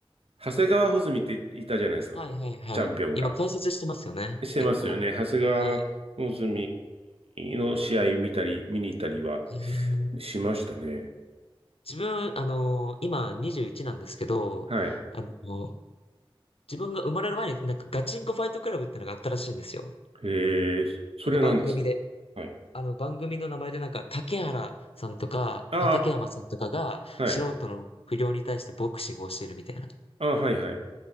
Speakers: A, on the right; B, on the left.
A: 長谷川穂積っていたじゃないですか、
B: はいはいはい。
A: チャンピオンが。
B: 今、解説してますよね、
A: してますよね。
B: 結構。
A: 長谷川穂積
B: はい。
A: の試合見たり、見に行ったりは
B: へー
A: しましたね。
B: 自分、あのー今21なんですけど、
A: はい。
B: あの自分が生まれる前になんかガチンコファイトクラブっていうのがあったらしいんですよ。
A: えー、それなんですかはい。
B: なんか番組で。あの番組の名前でなんか竹原さんとか畠山さんとかが素人の不良に対してボクシングをしてるみたいな。
A: ああ、はい。ああ、はい、はい。